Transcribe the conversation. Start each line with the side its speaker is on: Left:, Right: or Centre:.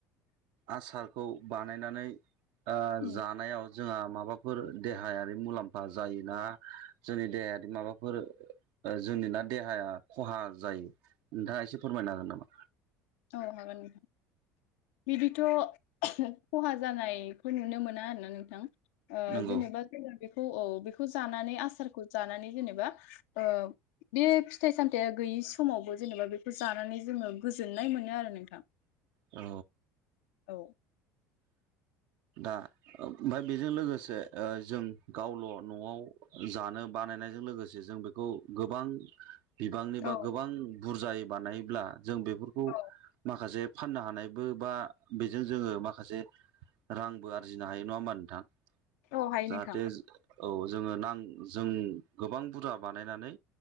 Right: आसारखौ बानायनानै दा
Left: उम
Right: जानायाव जोंहा माबाफोर देहायारि मुलाम्फा जायो ना जोंनि देहायारि माबाफोर ओ जोंनि ना देहाया खहा जायो। नोंथाङा एसे फोरमायनो हागोन नामा?
Left: औ हागोन नोंथां बिदिथ' खहा जानायखौ नुनो मोना आरोना नोंथां। ओ
Right: नंगौ
Left: जेनेबा जोङो - बेखौ औ बेखौ जानानै आसारखौ जानानै जेनेबा ओ बे फिथाइ-सामथाया गैयि समावबो जेनेबा बेखौ जानानै जोङो गो जोननाय मोनो आरो नोंथां।
Right: औ।
Left: औ।
Right: दा ओमफ्राय बेजों लोगोसे ओ जों गावल' न'आव जानो बानायनायजों लोगोसे जों बेखौ गोबां बिबांनि
Left: औ
Right: बा गोबां बुरजायै बानायोब्ला जों बेफोरखौ
Left: औ
Right: माखासे फाननो हानायबो बा बेजों जोङो माखा खासे रांबो आरजिनो हायो, नङा होमबा नोंथां?
Left: औ हायो
Right: जाहाथे
Left: नोंथां।
Right: औ जोङो नां जों गोबां बुरजा बानायनानै